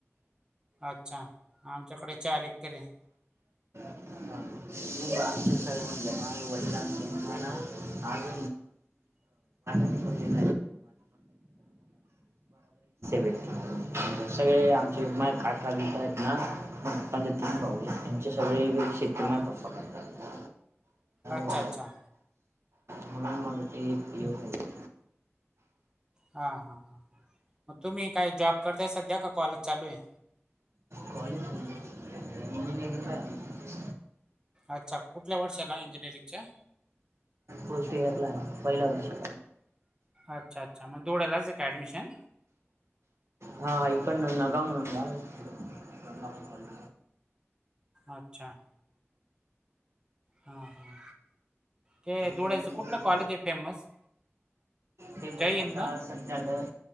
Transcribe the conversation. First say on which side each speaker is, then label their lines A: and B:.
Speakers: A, on the right; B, on the right.
A: अच्छा, आमच्याकडे चार एकर ये.
B: हा आमचे सगळे म्हणजे माझा वडिलांचे भाऊ आहे ना आशे मिळुन दाहा. <inaudible> सगळे आमचे माये काका, बिया आहेत ना, माझ्या पप्पाना तीन भाऊ ये. आमचे सगळे शती
A: हां
B: माये
A: हां
B: पप्पा करतात.
A: अच्छा-
B: माझ्या
A: अच्छा.
B: वडिलांना- म्हणून एक <unintelligible>
A: हा- हा, हां मग तुम्ही काय जॉब करताय सध्या का कॉलेज चालू आहे?
B: कॉलेज चालु इंजिनिअरिंग ला ये मी.
A: अच्छा, कुठंल्या वर्षा ला इंजिनिअरिंगच्या?
B: फर्स्ट इयर ला आहे, पहिल्या वर्षा.
A: अच्छा अच्छा मग धूळ्यालाच ये का ॲडमिशन
B: हा इकड नगाव म्हणून गाव ये. तिकड <unintelligible> कॉलेज
A: अच्छा हा हा, ते धुळ्याच
B: जेवण
A: कुठलं कॉलेज ये फेमस
B: ते मग
A: जय हिंद
B: आताच
A: ना
B: सध्या तर